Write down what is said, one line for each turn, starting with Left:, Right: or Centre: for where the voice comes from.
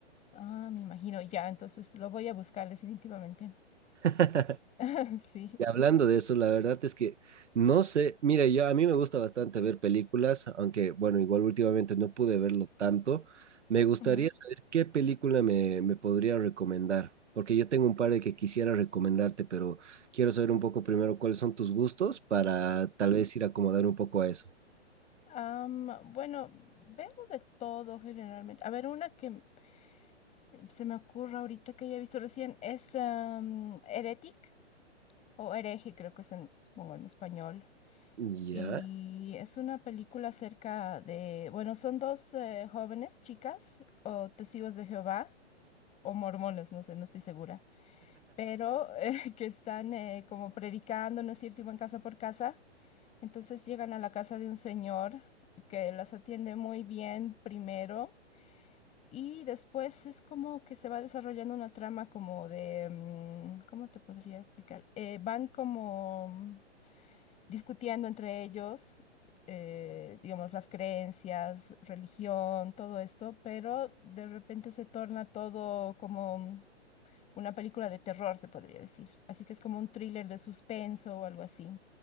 Left: Ah, me imagino, ya, entonces lo voy a buscar definitivamente.
Right: <laughs>
Left: <laughs> Sí.
Right: Y hablando de eso, la verdad es que no sé, mira, yo a mí me gusta bastante ver películas, aunque bueno, igual últimamente no pude verlo tanto. Me gustaría
Left: Ujú.
Right: saber qué película me, me podría recomendar, porque yo tengo un par de que quisiera recomendarte, pero quiero saber un poco primero cuáles son tus gustos para tal vez ir a acomodar un poco a eso.
Left: Am, bueno, veo de todo generalmente. A ver, una que eh, se me ocurre ahorita que haya visto recién es am, Heretic o Hereje, creo que es en, supongo en español.
Right: Ya.
Left: Y es una película acerca de, bueno, son dos eh, jóvenes chicas o testigos de Jehová o mormones, no sé, no estoy segura, pero eh, <laughs> que están eh, como predicando, ¿no es cierto? Y van casa por casa. Entonces llegan a la casa de un señor que las atiende muy bien primero Y después es como que se va desarrollando una trama como de, mm, ¿cómo te podría explicar? Eh, van como mm, discutiendo entre ellos, eh, digamos, las creencias, religión, todo esto, pero de repente se torna todo como mm, una película de terror, se podría decir. Así que es como un thriller de suspenso o algo así.